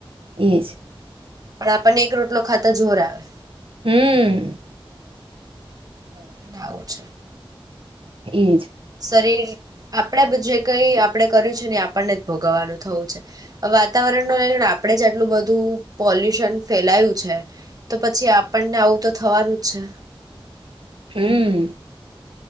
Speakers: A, on the right; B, on the right.
A: એજ.
B: પણ આપડને એક રોટલો ખાતા જોર આવે.
A: હમ્મ.
B: લાવું છે.
A: એજ.
B: શરીર આપડા જે કઈ આપડે કર્યું છે ને આપડને જ ભોગવવાનું થવું છે વાતાવરણ ન લઈને આપણે જ આટલું બધું પોલ્યુશન ફેલાયું છે તો પછી આપણને આવું તો થવાનું જ છે.
A: હમ્મ.